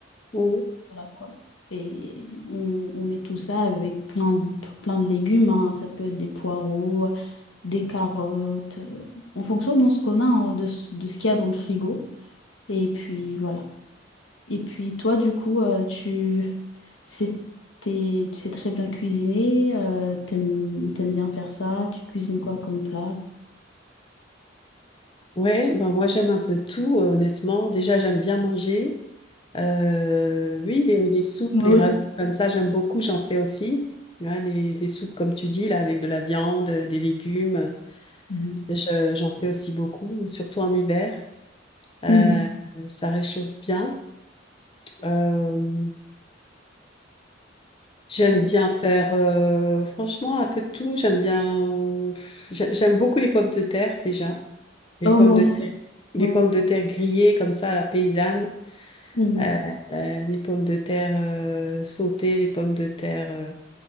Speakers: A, on the left; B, on the left.
A: Oui.
B: Voilà quoi. Et on, on met tout ça avec plein de, plein de légumes. hein, Ça peut être des poireaux, des carottes, euh, en fonction de ce qu'on a, hein, de, ce- de ce qu'il y a dans le frigo. Et puis voilà. Et puis toi, du coup, euh, tu, tu sais, t'es- tu sais très bien cuisiner, euh, t'aimes, t'aimes bien faire ça, tu cuisines quoi comme plat?
A: Ouais, ben moi j'aime un peu tout, euh, honnêtement. Déjà, j'aime bien manger. Euh, oui, les, les soupes,
B: Moi
A: les ragoûts,
B: aussi.
A: comme ça, j'aime beaucoup, j'en fais aussi. Hein, les, les soupes, comme tu dis, là, avec de la viande, euh, des légumes,
B: Mhm.
A: je- j'en fais aussi beaucoup, surtout en hiver. Euh,
B: Mhm.
A: ça réchauffe bien. Euh, J'aime
B: C'est-
A: bien faire, euh, franchement, un peu de tout. J'aime bien, euh, pff, j'a- j'aime beaucoup les pommes de terre déjà. Les
B: Oh,
A: pommes
B: moi
A: de
B: aussi,
A: terre, les
B: moi
A: pommes
B: aussi.
A: de terre grillées comme ça, à la paysanne.
B: Mhm.
A: Euh, euh, les pommes de terre euh, sautées, les pommes de terre euh,